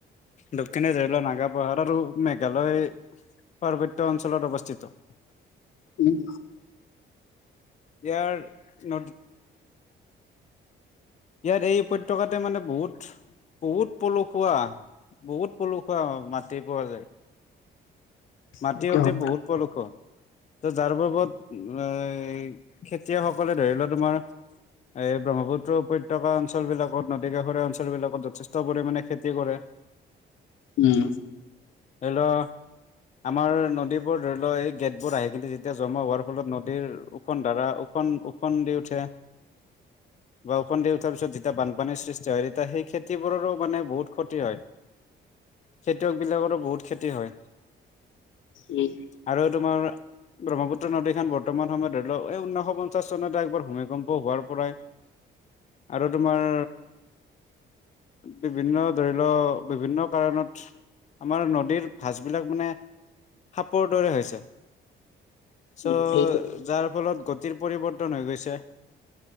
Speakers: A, on the left (about 35°); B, on the left (about 75°).
A: ঢুকিনী ধৰিিল নাগা পাহাৰ আৰু মেঘালয় পাৰ্বত্য অঞ্চলত অৱস্থিত
B: উম
A: ইয়াৰ ন ইয়াত এই উপত্য়কাতে মানে বহুত বহুত পলসুৱা বহুত পলুষা মাটি পোৱা যায় মাটি
B: সেইটো
A: উতি
B: হয়
A: বহুত পদুষ ত যাৰ বাবত এ খেতিয়কসকলে ধৰি লোৱা তোমাৰ এই ব্ৰহ্মপুত্ৰ উপত্যকা অঞ্চল বিলাকত নদী কাষৰীয়া অঞ্চল বিলাকত যথেষ্ট পৰিমাণে খেতি কৰে
B: উম
A: হেল্ল' আমাৰ নদীবোৰ ধৰি ল এই গেটবোৰ আহি কিি যেতিয়া জমা হোৱাৰ ফলত নদীৰ ওখখন ধাৰা ফফোন ওফোন দি উঠে বষুণ দি উঠাৰ পিছত যেতিয়া বানপানীৰ সৃষ্টি হয় তেতিয়া সেই খেতিবোৰৰো মানে বহুত ক্ষতি হয় খেতিয়কবিলাকৰো বহুত খেতি হয়
B: উম
A: আৰু তোমাৰ ব্ৰহ্মপুত্ৰ নদীখন বৰ্তমান সময়ত ধৰি লওক এই ঊনৈশ পঞ্চাশ চনতে একবাৰ ভূমিকম্প হোৱাৰ পৰাই আৰু তোমাৰ বিভিন্ন ধৰি লওক বিভিন্ন কাৰণত আমাৰ নদীৰ ভাঁজবিলাক মানে সাপৰ দৰে হৈছে চ'
B: উম সেই
A: যাৰ ফলত গতিৰ পৰিৱৰ্তন হৈ গৈছে